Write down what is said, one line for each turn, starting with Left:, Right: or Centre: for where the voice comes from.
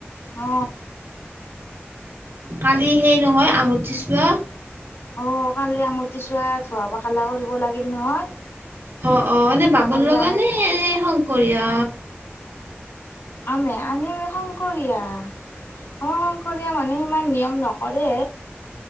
Left: অ
Right: কালি সেই নহয় আঙঠিচোৱা
Left: অ কালি আমতিচোৱা ধুৱা পখিলা কৰিব লাগিল নহয়
Right: অ অ এনে বাবুল
Left: কালি
Right: লগা
Left: আমত
Right: নে এ শংকৰিয়া
Left: আমি আমি শংকৰিয়া আমাৰ শংকৰিয়া মানুহে ইমান নিয়ম নকৰে